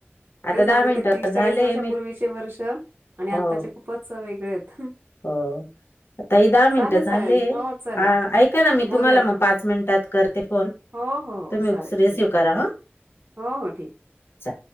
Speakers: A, on the left (about 65°); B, on the right (about 55°).
A: आता
B: तेच
A: दहा
B: सांगते
A: मिनिटं
B: ते तीस-चाळीस
A: झाले
B: वर्षा
A: मी
B: पूर्वीचे वर्ष आणि
A: हो
B: आत्ताचे खूपच वेगळे आहेत.
A: हो ताई दहा मिनिटं
B: चालेल
A: झाले.
B: चालेल हो चला
A: ऐका ना मी
B: बोलूया
A: तुम्हाला
B: आपण
A: मग पाचमिनट. ते फोन
B: हो हो
A: तुम्ही
B: चालेल
A: रिसिव
B: ठीक
A: करा हा.
B: हो हो ठीक
A: चा